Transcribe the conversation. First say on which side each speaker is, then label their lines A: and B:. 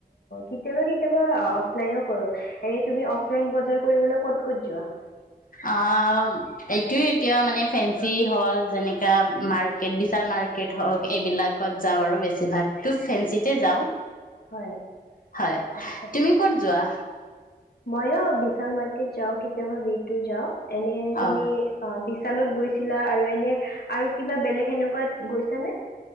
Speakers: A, on the left (about 90°); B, on the left (about 60°).
A: কেতিয়াবা-কেতিয়াবা অলাইনো কৰো এ তুমি অফলাইন বজাৰ কৰিবলৈ ক'ত-ক'ত যোৱা।
B: অ' এইটো এতিয়া মানে ফেঞ্চি হল, যেনেকা মাৰ্কেট বিশাল মাৰ্কেট, হওক এইবিলাকত যাওঁ আৰু বেছিভাগো ফেঞ্চিতে যাওঁ।
A: হয়,
B: হয়।
A: আচ্ছা',
B: তুমি ক'ত যোৱা?
A: মইো বিশাল ম যও, কিু <unintelligible> কেতিয়াবাটো যাওঁ‌, এনে তুমি
B: অ
A: বি চালত গৈছিলা আৰু এনে আৰু কিবা বেলেগ এনেকুৱাত গৈছ নে?